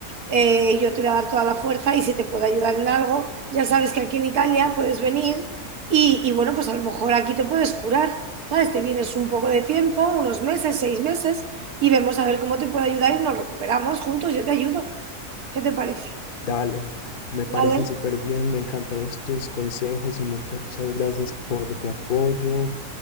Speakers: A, on the right; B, on the left.
A: Eh, yo te voy a dar toda la fuerza y si te puedo ayudar en algo, ya sabes que aquí en Italia puedes venir y, y bueno, pues a lo mejor aquí te puedes curar, ¿sabes? Te vienes un poco de tiempo, unos meses, seis meses, y vemos a ver cómo te puedo ayudar y nos recuperamos juntos. Yo te ayudo. ¿Qué te parece?
B: Dale, me
A: Vale,
B: parece súper bien, me encantaron tus consejos y muchas gracias por tu apoyo